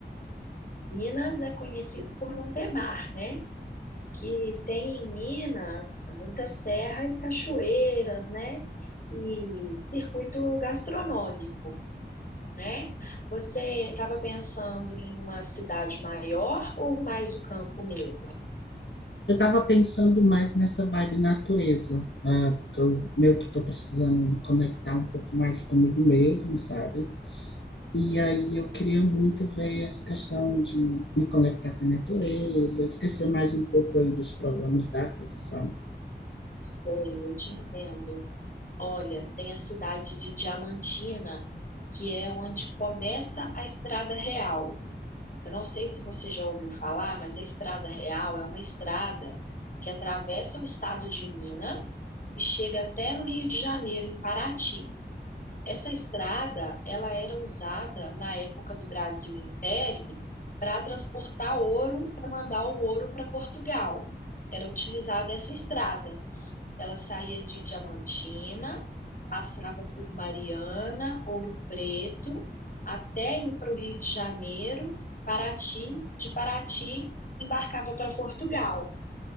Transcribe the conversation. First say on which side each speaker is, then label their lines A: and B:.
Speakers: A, on the left (about 50°); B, on the left (about 80°).
A: Minas é conhecido por não ter mar, né? Que tem em Minas muita serra e cachoeiras, né? E circuito gastronômico, né? Você estava pensando em uma cidade maior ou mais o campo mesmo?
B: Eu estava pensando mais nessa vibe natureza, né? porque eu meio que estou precisando me conectar um pouco mais comigo mesmo, sabe? E
A: Hum,
B: aí eu queria muito ver essa questão de me conectar com a natureza, esquecer mais um pouco aí dos problemas da vida, sabe?
A: Sei, eu te entendo. Olha, tem a cidade de Diamantina, que é onde começa a Estrada Real. Eu não sei se você já ouviu falar, mas a Estrada Real é uma estrada que atravessa o estado de Minas e chega até no Rio de Janeiro, em Paraty. Essa estrada, ela era usada na época do Brasil Império para transportar ouro, para mandar o ouro para Portugal. Era utilizada essa estrada. Ela saía de Diamantina passava por Mariana, Ouro Preto, até ir para o Rio de Janeiro, Paraty, de Paraty embarcava para Portugal.